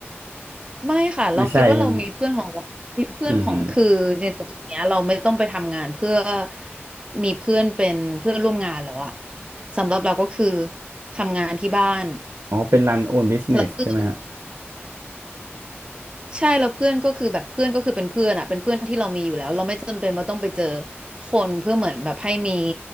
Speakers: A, on the right; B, on the right.
A: ไม่ค่ะเราคิดว่าเรามีเพื่อนของเรามีเพื่อนของคือในจุดเนี้ยเราไม่ต้องไปทำงานเพื่อ
B: ไม่ใช่ใช่ไหมฮะอืม
A: มีเพื่อนเป็นเพื่อนร่วมงานแล้วอะสำหรับเราก็คือทำงานที่บ้าน
B: อ๋อเป็น run own business
A: แล้วเพื่อน
B: ใช่ไหมฮะ
A: ใช่แล้วเพื่อนก็คือแบบเพื่อนก็คือเป็นเพื่อนอ่ะเป็นเพื่อนที่เรามีอยู่แล้วเราไม่จำเป็นว่าต้องไปเจอคนเพื่อเหมือนแบบให้มี